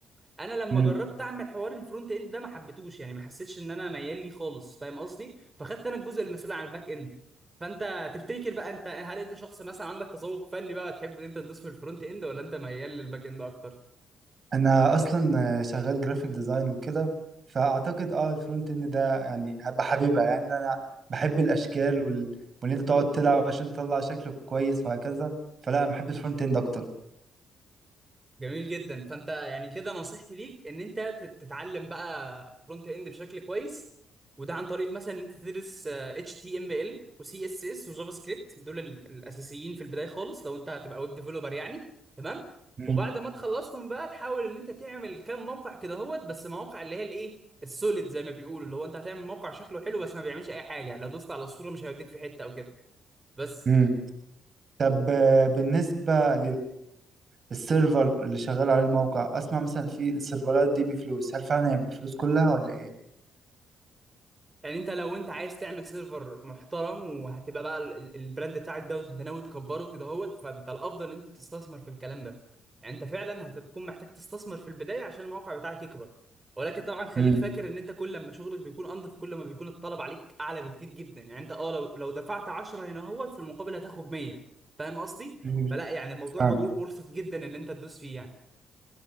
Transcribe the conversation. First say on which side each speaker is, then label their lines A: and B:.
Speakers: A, on the right (about 20°); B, on the right (about 45°).
A: انا لما
B: مم.
A: جربت اعمل حوار الفرونت اند ده ما حبيتهوش يعني ما حسيتش ان انا ميال ليه خالص فاهم قصدي فخدت انا الجزء المسؤول عن الباك اند فانت تفتكر بقى انت هل انت شخص مثلا عندك تذوق فني بقى تحب ان انت تدوس في الفرونت اند ولا انت ميال للباك اند اكتر
B: انا اصلا آه، شغال جرافيك ديزاين وكده فاعتقد اه الفرونت اند ده يعني بحبيبها يعني انا بحب الاشكال وال... وان انت تقعد تلعب عشان تطلع شكل كويس وهكذا فلا انا بحب الفرونت اند اكتر
A: جميل جدا فانت يعني كده نصيحتي ليك ان انت تت- تتعلم بقى فرونت اند بشكل كويس وده عن طريق مثلا ان انت تدرس آه، اتش تي ام ال وسي اس اس وجافا سكريبت دول ال- الاساسيين في البدايه خالص لو انت هتبقى ويب ديفلوبر يعني تمام
B: مم.
A: وبعد ما تخلصهم بقى تحاول ان انت تعمل كام موقع كده هوت بس مواقع اللي هي الايه السوليد زي ما بيقولوا اللي هو انت هتعمل موقع شكله حلو بس ما بيعملش اي حاجه يعني لو دوست على الصوره مش هيوديك في حته او كده بس
B: مم. طب آه، بالنسبة للسيرفر اللي شغال عليه الموقع أسمع مثلا في السيرفرات دي بفلوس هل فعلا هي بفلوس كلها ولا إيه؟
A: يعني انت لو انت عايز تعمل سيرفر محترم وهتبقى بقى ال- ال- البراند بتاعك ده وانت ناوي تكبره كده اهوت فانت الافضل ان انت تستثمر في الكلام ده يعني انت فعلا هتكون محتاج تستثمر في البدايه عشان الموقع بتاعك يكبر ولكن طبعا خليك
B: مم.
A: فاكر ان انت كل لما شغلك بيكون انضف كل ما بيكون الطلب عليك اعلى بكتير جدا يعني انت اه لو لو دفعت 10 هنا اهوت في المقابل هتاخد 100 فاهم قصدي؟
B: مم.
A: فلا يعني الموضوع
B: فاهم
A: ور- ورثت جدا ان انت تدوس فيه يعني